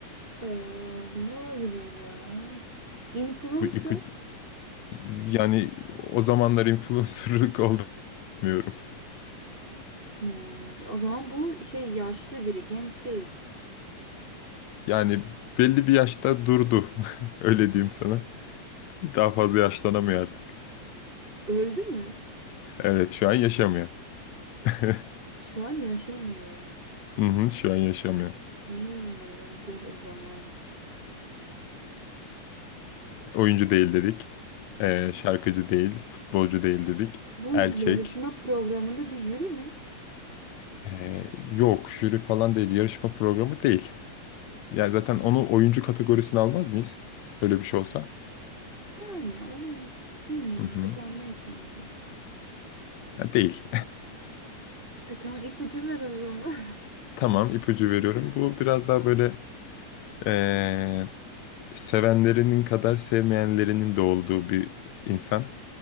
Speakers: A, on the right; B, on the left.
A: Ee, ne olabilir ya? Influencer.
B: <laughs> Bu- bu- Yani o zamanlar influencerlık <laughs> olduğunu bilmiyorum.
A: Hmm, o zaman bu şey yaşlı biri, genç değil.
B: Yani belli bir yaşta durdu. <laughs> Öyle diyeyim sana. Daha fazla yaşlanamıyor artık.
A: Öldü mü?
B: Evet şu an yaşamıyor. <laughs>
A: Şu an yaşamıyor.
B: Hı hı, şu an yaşamıyor.
A: Hmm, dur o zaman.
B: Oyuncu değil dedik. Ee, şarkıcı değil. Futbolcu değil dedik.
A: Bu
B: Erkek.
A: yarışma programında bir jüri mi?
B: Ee, yok jüri falan değil. Yarışma programı değil. Yani zaten onu oyuncu kategorisine almaz mıyız? Böyle bir şey olsa.
A: Yani onu bilmiyorum.
B: Hı hı.
A: Pek almayız sanki.
B: Ha, değil.
A: E tamam ipucu ver o zaman.
B: <laughs> Tamam ipucu veriyorum. Bu biraz daha böyle ee, sevenlerinin kadar sevmeyenlerinin de olduğu bir insan.